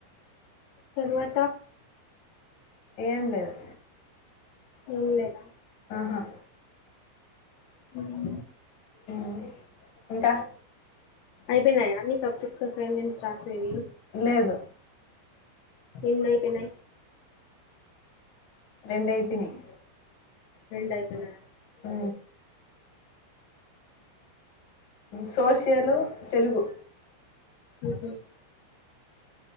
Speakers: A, on the left (about 80°); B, on the left (about 55°).
A: తరువాత
B: ఏం లేదు
A: ఏం లేదా
B: అహా
A: హ్మ్
B: మ్మ్ ఇంకా
A: అయిపోయినాయా అన్ని సబ్జెక్ట్స్ అసైన్మెంట్స్ రాసేవి
B: లేదు
A: ఏన్నైపోయినాయి
B: రెండైపోయినయ్
A: రెండు అయిపోయినాయ
B: ఆ సోషియలు తెలుగు
A: ఉహు